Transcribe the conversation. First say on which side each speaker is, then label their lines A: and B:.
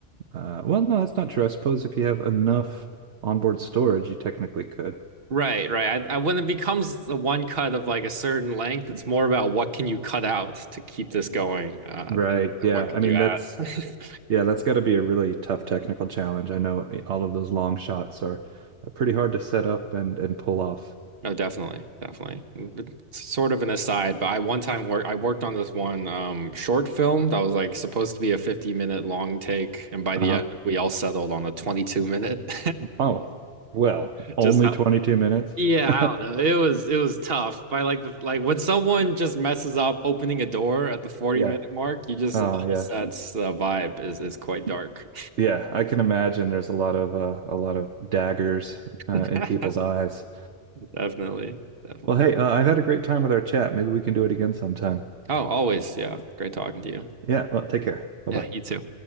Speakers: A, on the right; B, on the right.
A: uh, well, no, that's not true. I suppose if you have enough onboard storage, you technically could.
B: Right, right. I, I, when it becomes the one cut of like a certain length, it's more about what can you cut out to keep this going, uh,
A: Right.
B: than
A: Yeah.
B: than what can
A: I mean,
B: you add?
A: that's,
B: <laughs>
A: yeah, that's got to be a really tough technical challenge. I know eh, all of those long shots are pretty hard to set up and, and pull off.
B: No, definitely, definitely. It's sort of an aside, but I one time work I worked on this one um short film that was like supposed to be a 50 minute long take, and by the
A: Uh-huh.
B: end we all settled on a 22 minute.
A: Oh, well,
B: <laughs>
A: only
B: Just
A: 22 minutes.
B: Yeah,
A: <laughs>
B: I don't know. It was it was tough. By like the like when someone just messes up opening a door at the 40
A: Yeah.
B: minute mark, you just
A: Oh,
B: the whole
A: yeah.
B: set's uh, vibe is is quite dark.
A: Yeah. I can imagine there's a lot of, uh, a lot of daggers, uh,
B: <laughs>
A: in people's eyes.
B: Definitely. Definitely.
A: Well, hey, uh, I've had a great time with our chat. Maybe we can do it again sometime.
B: Oh, always. Yeah. Great talking to you.
A: Yeah, well, take care. Bye
B: Yeah,
A: bye.
B: you too.